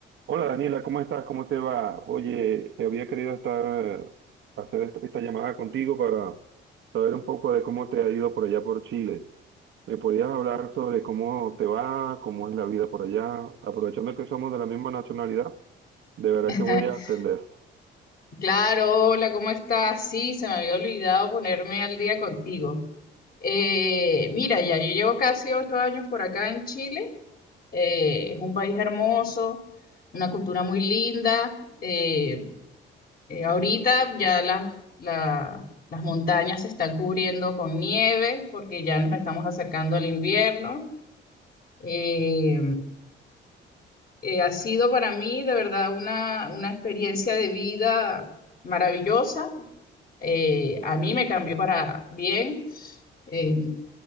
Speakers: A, on the right; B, on the left.
A: Hola Daniela, ¿cómo estás? ¿Cómo te va? Oye, te había querido estar, eh, hacer esta, esta llamada contigo para saber un poco de cómo te ha ido por allá por Chile. ¿Me podías hablar sobre cómo te va, cómo es la vida por allá? Aprovechando que somos de la misma nacionalidad, de verdad
B: <laughs>
A: que voy a atender.
B: Claro, hola, ¿cómo estás? Sí, se me había olvidado ponerme al día contigo. Eh, mira, ya yo llevo casi ocho años por acá en Chile. Eh, es un país hermoso, una cultura muy linda. Eh, eh, ahorita ya las, la- las montañas se están cubriendo con nieve porque ya nos estamos acercando al invierno. Eh, Eh, ha sido para mí de verdad una, una experiencia de vida maravillosa. Eh, a mí me cambió para bien. Eh,